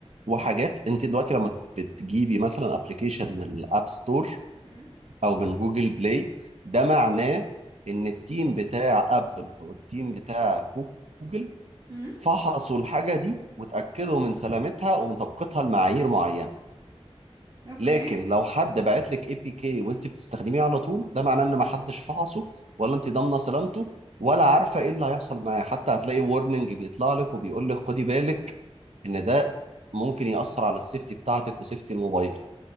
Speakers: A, on the right; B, on the right.
A: وحاجات انت دلوقتي لما بتجيبي مثلا ابلكيشن من الاب ستور
B: مم.
A: او من جوجل بلاي ده معناه ان التيم بتاع ابل او التيم بتاع جوجل
B: امم
A: فحصوا الحاجه دي وتاكدوا من سلامتها ومن طبقتها لمعايير معينه
B: اوكي
A: لكن لو حد بعت لك اي بي كي وانت بتستخدميه على طول ده معناه ان ما حدش فحصه ولا انت ضامنه سلامته ولا عارفه ايه اللي هيحصل معاه حتى هتلاقي وورنينج بيطلع لك وبيقول لك خدي بالك ان ده ممكن يأثر على السيفتي بتاعتك وسيفتي الموبايل